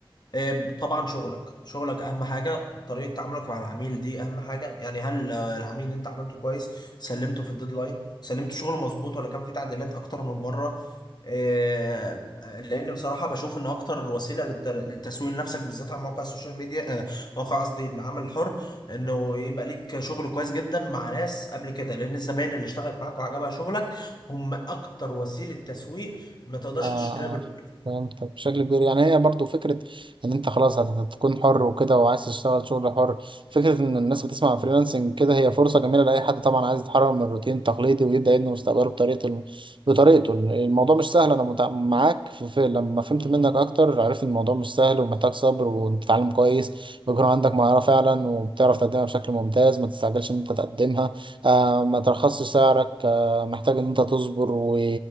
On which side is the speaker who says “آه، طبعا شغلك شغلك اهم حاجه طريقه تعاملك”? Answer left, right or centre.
Left